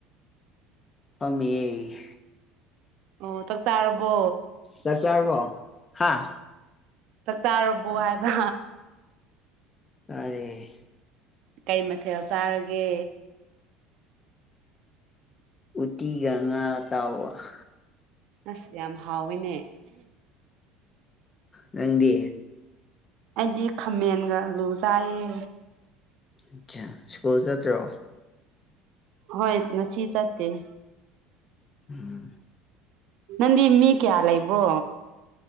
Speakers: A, on the left; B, on the right.
A: ꯐꯝꯃꯤꯌꯦ
B: ꯑꯣ ꯆꯥꯛ ꯆꯥꯔꯕꯣ
A: ꯆꯥꯛ ꯆꯔꯥꯕꯣ ꯍꯥꯥ
B: ꯆꯥꯛ ꯆꯔꯥꯕꯣ ꯍꯥꯏꯕ
A: ꯆꯔꯦ
B: ꯀꯩ ꯃꯊꯦꯜ ꯆꯥꯔꯒꯦ
A: ꯎꯇꯤꯒ ꯉꯥ ꯇꯥꯎꯕꯒ
B: ꯑꯁ ꯌꯥꯝ ꯍꯥꯎꯋꯦꯅꯦ
A: ꯅꯪꯗꯤ
B: ꯑꯩꯗꯤ ꯈꯥꯃꯦꯟꯒ ꯂꯨꯖꯥꯏꯌꯦ
A: ꯑꯆꯥ ꯁ꯭ꯀꯨꯜ ꯆꯠꯇ꯭ꯔꯣ
B: ꯍꯣꯏ ꯉꯁꯤ ꯆꯠꯇ‌ꯦ
A: ꯎꯝ
B: ꯅꯪ ꯃꯤ ꯀꯌꯥ ꯂꯏꯕꯣ